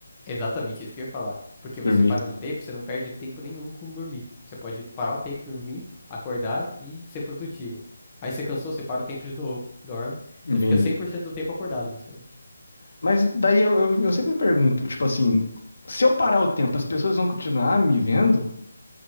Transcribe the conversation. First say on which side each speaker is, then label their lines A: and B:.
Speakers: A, on the left (about 20°); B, on the left (about 75°).
A: exatamente isso que eu ia falar. Porque você
B: Dormir.
A: para no tempo, você não perde tempo nenhum com dormir. Você pode parar o tempo, dormir, acordar e ser produtivo. Aí você cansou, você para o tempo de novo, dorme.
B: Entendi.
A: Você fica 100% do tempo acordado, basicamente.
B: Mas daí eu, eu, eu sempre me pergunto, tipo assim, se eu parar o tempo, as pessoas vão continuar me vendo?